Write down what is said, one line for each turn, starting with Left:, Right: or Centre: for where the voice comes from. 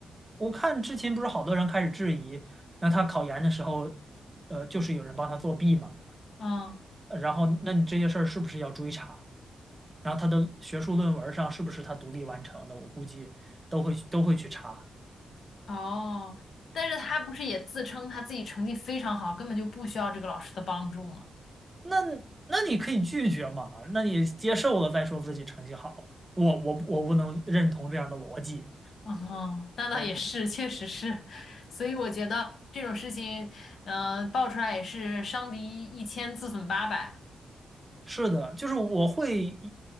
Right: 我看之前不是好多人开始质疑，那他考研的时候，呃，就是有人帮他作弊嘛，
Left: 嗯，
Right: 呃然后那你这些事儿是不是要追查？然后他的学术论文上是不是他独立完成的，我估计都会都会去查。
Left: 哦，但是他不是也自称他自己成绩非常好，根本就不需要这个老师的帮助吗？
Right: 那那你可以拒绝嘛？那你接受了再说自己成绩好我我我不能认同这样的逻辑。
Left: 哦，那倒也是，
Right: 啊，啊，
Left: 确实是。所以我觉得这种事情，嗯、爆出来也是伤敌一千，自损八百。
Right: 是的，就是我会一